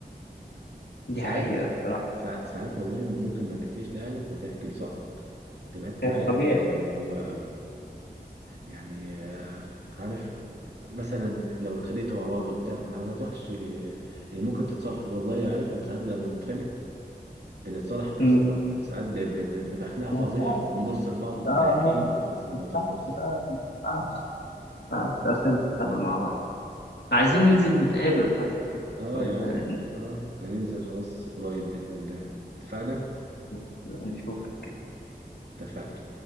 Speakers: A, on the left; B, on the right.
A: دي
B: ساعات
A: حقيقة الصراحة
B: ساع- ساعات والله ممكن ما تحكيش لأهلك وتحكي لصاحبك تبقى أنت
A: ده
B: عارف
A: طبيعي
B: كده اللي هو يعني آه، عارف مثلا لو اتخانقتوا مع بعض وبتاع ما, ما تروحش يعني ممكن تتصالحوا والله عارف من ساعات لما بنتخانق بنتصالح في
A: امم
B: نفس الوقت ساعات ب- ب- بتبقى خناقة فظيعة
A: ما ينفعش
B: ونبص لبعض ومضحكين
A: اه اه
B: وخلاص الموضوع
A: ما ينفعش
B: خلص
A: لا، لا، ما ينفعش ما ينفعش اصلا تتخانقوا مع بعض عايزين ننزل نتقابل طيب كده
B: اه
A: ولا
B: يا عم اه هننزل خلاص قريب بإذن الله اتفقنا
A: نشوف
B: اتفقنا